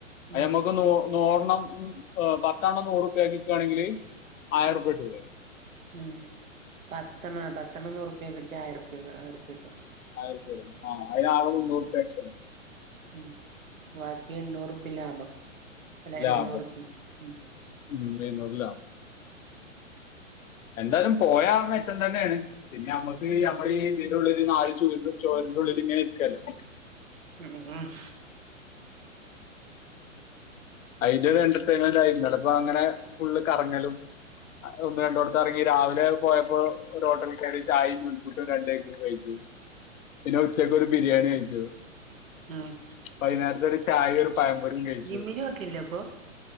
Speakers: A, on the left; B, on the right.
A: അയമ്മ
B: ഉം
A: ക്ക് നൂ നൂറെണ്ണം ഏഹ് പത്തെണ്ണം നൂറുപ്യേക്ക് വിക്കാണെങ്കില ആയിര ഉർപ്യ കിട്ടൂല്ലേ.
B: ഉം പത്തെണ്ണം പത്തെണ്ണം നൂറുപ്യേക്ക് വിറ്റാ ആയിര ഉർപ്യ ആയിര ഉർപ്യ കിട്ടും.
A: ആഹ് ആയ്രൊർപ്യ വരും. അതിനാകെ മൂന്നൂറുപ്യ എക്സ്പെൻസ്.
B: ഉം ബാക്കി എണ്ണൂറുപ്പ്യ ലാഭം അല്ല
A: ലാഭം
B: എഴുന്നൂറുപ്പിം ഉം.
A: ഉം മെയിൻ റോഡിലാ എന്തായാലും പോയാ മെച്ചം തന്നേണ് പിന്നെ നമ്മക്ക്
B: ഉം
A: നമ്മളീ തി ൻ്റുള്ളില് നാല് ചുവരുൻ്റി ചോരിന്റെ ഉള്ളില് ങ്ങനെ ഇരിക്കല്ലേ.
B: ഉം ഉം ആഹ്
A: അയിന്റെ ഒരു എന്റർടൈമെന്റായി ഇന്നലെ വാങ്ങണെ
B: ഉം
A: ഫുള്ള് കറങ്ങലും ഒന്ന് രണ്ടോട്ത്ത് എറങ്ങി രാവിലെ പോയപ്പോ ഒരു ഹോട്ടല് കേറി ചായിം നൂൽപുട്ടും രണ്ടെഗും കഴിച്ചു. പിന്നെ ഉച്ചക്കൊരു ബിരിയാണി കഴിച്ചു.
B: ആഹ്
A: വൈന്നേരത്തൊരു ചായി ഒരു പഴം പൊരിം കഴിച്ചു.
B: ജിമ്മിന് പോക്കില്ലേ അപ്പൊ